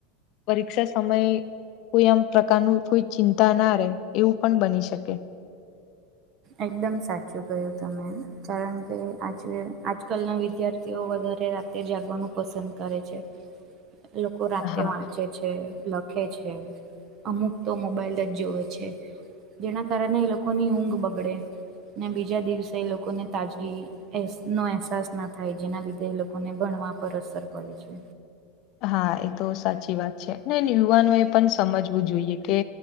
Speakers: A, on the left; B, on the right.
A: પરીક્ષા સમય કોઈ આમ પ્રકારનું કોઈ ચિંતા ના રહે એવું પણ બની શકે
B: એકદમ સાચું કહ્યું તમે કારણ કે આજે આજકાલના વિદ્યા ર્થીઓ વધારે રાતે જાગવાનું પસંદ કરે છે.
A: <inaudible>
B: એ લોકો રાતે
A: હા
B: વાંચે છે લખે છે અમુક તો મોબાઈલ જ જોવે છે. જેના કારણે એ લોકોની ઊંઘ બગડે ને બીજા દિવસે એ લોકોને તાજગી એસ નો અહેસાસ ના થાય જેના લીધે એ લોકોને ભણવા પર અસર પડે છે.
A: હા એતો સાચી વાત છે. ને યુવાનો એ પણ સમજવું જોઈએ કે